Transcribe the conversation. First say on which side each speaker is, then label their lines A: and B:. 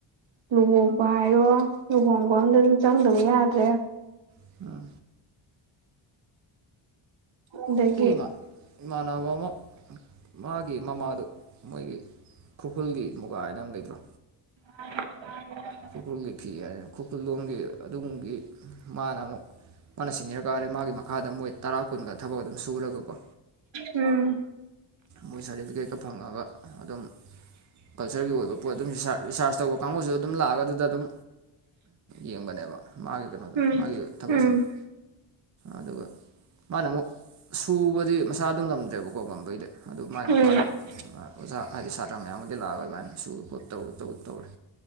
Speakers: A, on the right; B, on the right.
A: ꯂꯨꯍꯣꯡꯕ ꯍꯥꯏꯔꯣ ꯂꯨꯍꯣꯡꯕ ꯑꯝꯗꯖꯨ ꯆꯪꯗꯕ ꯌꯥꯗ꯭ꯔꯦ
B: <unintelligible>
A: ꯑꯗꯒꯤ
B: <unintelligible> ꯏꯃꯥꯟꯅꯕ ꯑꯃ ꯃꯥꯒꯤ ꯃꯃꯥꯗꯣ ꯃꯣꯏꯒꯤ ꯈꯨ꯭ꯔꯈꯨꯜꯒꯤ ꯃꯨꯒꯥ ꯍꯥꯏꯅ ꯑꯃ ꯂꯩꯇ꯭ꯔꯣ
A: <unintelligible>
B: ꯈꯨꯔꯈꯨꯜꯒꯤ ꯐꯤ ꯍꯥꯏꯗꯅ ꯈꯨꯔꯈꯨꯜ ꯂꯣꯝꯒꯤ ꯑꯗꯨꯝꯒꯤ ꯃꯥꯅ ꯑꯃꯨꯛ ꯃꯥꯅ ꯁꯤꯅꯤꯌꯔ ꯀꯥꯔꯦ ꯃꯥꯒꯤ ꯃꯈꯥꯗ ꯃꯣꯏ ꯇꯔꯥ ꯀꯨꯟꯒ ꯊꯕꯛ ꯑꯗꯨꯝ ꯁꯨꯔꯒꯀꯣ
A: ꯎꯝ
B: ꯃꯣꯏ <unintelligible> <unintelligible> ꯐꯪꯉꯒ ꯑꯗꯨꯝ ꯀꯜꯆꯔꯒꯤ ꯑꯣꯏꯕ ꯄꯣꯠ ꯑꯗꯨꯝ ꯔꯤꯁ ꯔꯤꯁꯥꯔꯁ ꯇꯧꯕ ꯀꯥꯡꯕꯨꯖꯨ ꯑꯗꯨꯝ ꯂꯥꯛꯑꯒ ꯑꯗꯨꯗ ꯑꯗꯨꯝ ꯌꯦꯡꯕꯅꯦꯕ ꯃꯥꯒꯤ ꯀꯩꯅꯣꯗꯣ
A: ꯎꯝ
B: ꯃꯥꯒꯤ ꯊꯕꯛꯁꯤꯡꯗꯣ
A: ꯎꯝ
B: ꯑꯗꯨꯒ ꯃꯥꯅ ꯑꯃꯨꯛ ꯁꯨꯕꯗꯤ ꯃꯁꯥꯗꯨ ꯉꯝꯗ꯭ꯔꯦꯕꯀꯣ ꯉꯝꯕꯩꯗꯤ ꯑꯗꯨ ꯃꯥꯏ ꯃꯈꯥꯗ
A: ꯎꯝ
B: ꯑꯣꯖꯥ ꯍꯥꯏꯗꯤ ꯁꯥꯇ꯭ꯔ ꯃꯌꯥꯝꯕꯨꯗꯤ ꯂꯥꯛꯑꯒ ꯂꯥꯛꯑ ꯁꯨꯨ ꯈꯣ ꯇꯧꯔꯤ ꯇꯩ ꯇꯧꯔꯤ